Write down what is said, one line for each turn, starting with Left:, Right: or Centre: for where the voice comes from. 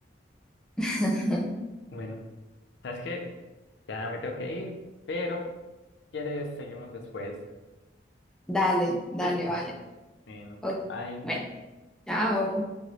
Centre: <laughs>
Left: Bueno, ¿sabes qué? Ya me tengo que ir, pero si quieres, seguimos después.
Centre: Dale, dale,
Left: Listo.
Centre: vale.
Left: Bueno,
Centre: Ok,
Left: bye.
Centre: Bueno, chao.